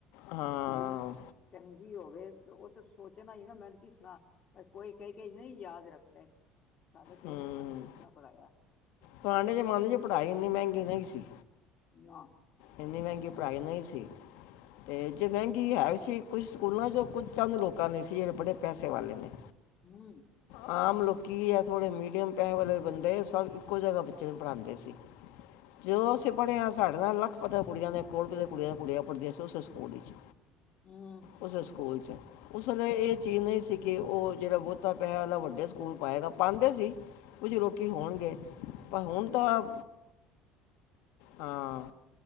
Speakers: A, on the left; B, on the left.
A: ਹਾਂ
B: ਧੀ ਚੰਗੀ ਹੋਵੇ ਉਹ ਤੇ ਸੋਚਣਾ ਈ ਨਾ ਮੈਨੂੰ ਕਿਸੇ ਤਰ੍ਹਾਂ ਪਰ ਕੋਈ ਕਈ-ਕਈ ਨਹੀਂ ਯਾਦ ਰੱਖਦੇ। ਕੀ ਸਾਡੇ ਪਿਓ
A: ਹੂੰ
B: ਨੇ ਸਾਨੂੰ ਕਿਸ ਤਰ੍ਹਾਂ ਪੜ੍ਹਾਇਆ।
A: ਪੁਰਾਣੇ ਜ਼ਮਾਨੇ 'ਚ ਪੜ੍ਹਾਈ ਇੰਨੀ ਮਹਿੰਗੀ ਨਹੀਂ ਸੀ।
B: ਨਾ।
A: ਇੰਨੀ ਮਹਿੰਗੀ ਪੜ੍ਹਾਈ ਨਹੀਂ ਸੀ। ਤੇ ਜੇ ਮਹਿੰਗੀ ਹੈ ਵੀ ਸੀ। ਕੁਝ ਸਕੂਲਾਂ ਚੋ ਕੁਝ ਚੰਦ ਲੋਕਾਂ ਲਈ ਸੀ, ਜਿਹੜੇ ਬੜੇ ਪੈਸੇ ਵਾਲੇ ਨੇ।
B: ਹਮ।
A: ਆਮ ਲੋਕੀ ਆ ਥੋੜ੍ਹੇ ਮੀਡੀਅਮ ਪੈਸੇ ਵਾਲੇ ਬੰਦੇ, ਸਭ ਇੱਕੋ ਜਗ੍ਹਾ ਬੱਚੇ ਨੂੰ ਪੜ੍ਹਾਉਂਦੇ ਸੀ। ਜੋ ਅਸੀਂ ਪੜੇ ਆ, ਸਾਢ ਨਾਲੋਂ ਲੱਖ ਪਤਾ ਕੁੜੀਆਂ ਦੇ ਕਰੋੜਪਤੀ ਦੀਆਂ, ਕੁੜੀਆਂ ਦਾ ਕੁੜੀਆਂ ਪੜ੍ਹਦੀਆਂ ਸੀ ਉਸੇ ਸਕੂਲ ਵਿੱਚ।
B: ਹਮ।
A: ਉਸ ਸਕੂਲ 'ਚ ਉਸੇਲੇ ਇਹ ਚੀਜ਼ ਨਹੀਂ ਸੀ, ਕਿ ਉਹ ਜਿਹੜਾ ਬਹੁਤਾ ਪੈਸੇ ਵਾਲਾ ਵੱਡੇ ਸਕੂਲ ਪਾਏਗਾ, ਪਾਉਂਦੇ ਸੀ। ਕੁਝ ਲੋਕੀ ਹੋਣਗੇ, ਪਰ ਹੁਣ ਤਾਂ, ਹਾਂ।